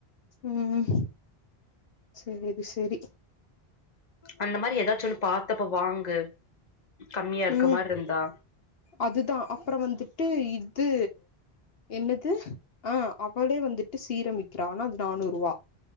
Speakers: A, on the left; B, on the left.
A: ம் சேரி சேரி
B: அந்த மாரி ஏதாச்சு ஒன்னு பாத்தப்ப வாங்கு கம்மியா இருக்க
A: ம்
B: மாரி இருந்தா
A: அதுதா அப்புறம் வந்துட்டு இது என்னது ஆ அவளே வந்துட்டு சீரம் விக்கிறா ஆனா அது நானூறுவா